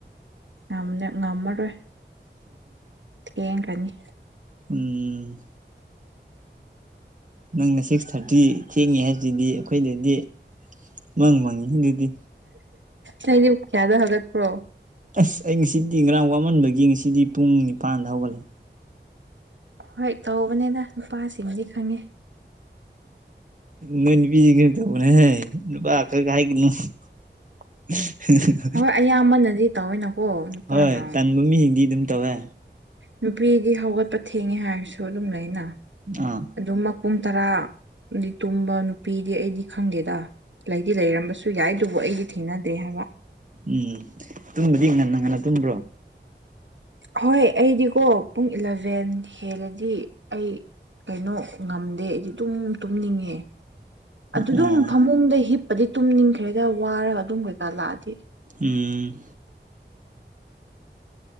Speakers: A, on the right; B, on the right.
A: ꯌꯥꯝ ꯉꯝꯃꯔꯣꯏ ꯊꯦꯡꯈ꯭ꯔꯅꯤ
B: ꯎꯝ ꯅꯪꯅ ꯁꯤꯛꯁ ꯊꯥꯔꯇꯤ ꯊꯦꯡꯉꯦ ꯍꯥꯏꯕꯁꯤꯗꯤ ꯑꯩꯈꯣꯏꯗꯗꯤ ꯃꯉ ꯃꯥꯡꯉꯤ ꯍ ꯑꯗꯨꯗꯤ
A: ꯅꯡꯗꯤ ꯄꯨꯡ ꯀꯌꯥꯗꯣ ꯍꯥꯏꯒꯠ꯭ꯄꯔꯣ
B: ꯑꯁ ꯑꯩ ꯉꯁꯤꯗꯤ ꯉꯔꯥꯡ ꯋꯥꯃꯟꯕꯒꯤ ꯉꯁꯤꯗꯤ ꯄꯨꯡ ꯅꯤꯄꯥꯟꯗ ꯍꯧꯒꯠꯂꯦ
A: ꯍꯣꯏ ꯇꯧꯕꯅꯤꯅ ꯅꯨꯄꯥꯁꯤꯡꯗꯤ ꯈꯪꯉꯦ
B: ꯅꯣꯏ ꯅꯨꯄꯤ ꯁꯤꯡꯁꯨ ꯇꯕꯅꯦꯍꯦ ꯅꯨꯄꯥ ꯈꯛ ꯍꯥꯏꯒꯅꯨ <unintelligible>
A: ꯍꯣꯏ ꯑꯌꯥꯝꯕꯅꯗꯤ ꯇꯧꯋꯤꯅꯀꯣ ꯅꯨꯄꯥꯅ
B: ꯍꯣꯏ ꯇꯟꯕ ꯃꯤꯁꯤꯡꯗꯤ ꯑꯗꯨꯝ ꯇꯧꯋꯦ
A: ꯅꯨꯄꯤꯗꯤ ꯍꯧꯒꯠꯄ ꯊꯦꯡꯉꯦ ꯍꯥꯏꯔꯁꯨ ꯑꯗꯨꯝ ꯂꯩꯅ
B: ꯑꯥ
A: ꯑꯗꯨꯝꯃꯛ ꯄꯨꯡ ꯇꯔꯥꯗꯤ ꯇꯨꯝꯕ ꯅꯨꯄꯤꯗꯤ ꯑꯩꯗꯤ ꯈꯪꯗꯦꯗ ꯂꯩꯗꯤ ꯂꯩꯔꯝꯕꯁꯨ ꯁꯨ ꯌꯥꯏ ꯑꯗꯨꯕꯨ ꯑꯩꯗꯤ ꯊꯦꯡꯅꯗ꯭ꯔꯦ ꯍꯥꯏꯕ
B: ꯎꯝ ꯇꯨꯝꯕꯗꯤ ꯉꯟꯅ ꯉꯟꯅ ꯇꯨꯝꯕ꯭ꯔꯣ
A: ꯍꯣꯏ ꯑꯩꯗꯤꯀꯣ ꯄꯨꯡ ꯏꯂꯚꯦꯟ ꯍꯦꯜꯂꯗꯤ ꯑꯩ ꯀꯩꯅꯣ ꯉꯝꯗꯦ ꯑꯩꯗꯤ ꯑꯗꯨꯝ ꯇꯨꯝꯅꯤꯡꯉꯦ ꯑꯗꯨꯗꯨꯝ
B: ꯎꯝ
A: ꯐꯃꯨꯡꯗ ꯍꯤꯞꯄꯗꯤ ꯇꯨꯝꯅꯤꯡꯈ꯭ꯔꯦꯗ ꯋꯥꯔꯒ ꯑꯗꯨꯝ ꯀꯩꯀꯥ ꯂꯥꯛꯑꯗꯤ
B: ꯎꯝ